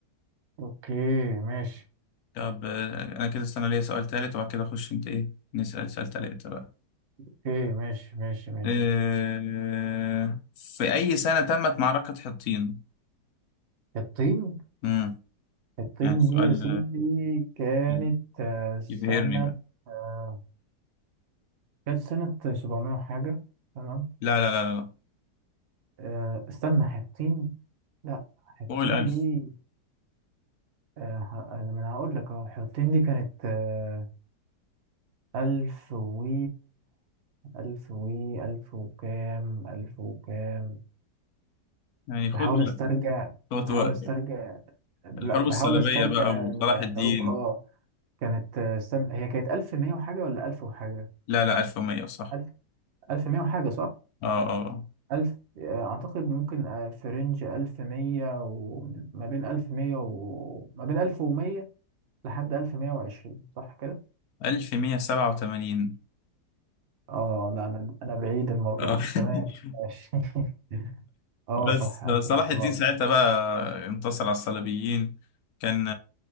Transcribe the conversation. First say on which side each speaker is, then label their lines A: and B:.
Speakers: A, on the right; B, on the left.
A: اوكي ماشي
B: طب آه، انا كده استنى ليا سؤال تالت وبعد كده اخش انت ايه نسأل سؤال تالت بقى
A: اوكي ماشي ماشي ماشي
B: آه، في اي سنة تمت معركة حطين
A: الطين
B: امم
A: الطين
B: يعني سؤال
A: دي يا سيدي كانت
B: آه،
A: آه، سنة
B: يبهرني بقى
A: آه، كانت سنة 700 وحاجة تمام
B: لا لا لا لا
A: آه، استنى حطين لا حطين
B: فوق الالف
A: دي آه، ه- آه، ما انا هقول لك اهو حطين دي كانت آه، ألف و ألف و ألف وكام ألف وكام
B: يعني خد
A: بحاول استرجع
B: خد
A: بحاول
B: وقتك
A: استرجع لا
B: الحروب
A: بحاول
B: الصليبية
A: استرجع
B: بقى وصلاح
A: الحروف
B: الدين
A: اه كانت آه، استنى هي كانت ألف مية وحاجة ولا ألف وحاجة
B: لا لا 1100 صح
A: ألف ألف مية وحاجة صح؟
B: اه اه
A: ألف آه، أعتقد ممكن آه، في رينج ألف مية وما بين ألف مية وما بين ألف ومية لحد 1120 صح كده
B: 1187
A: اه لا انا انا بعيد المره
B: اه
A: دي تمام
B: <laughs>
A: ماشي <laughs> اه
B: بس
A: صح 1107
B: صلاح الدين ساعتها بقى انتصر على الصليبيين كان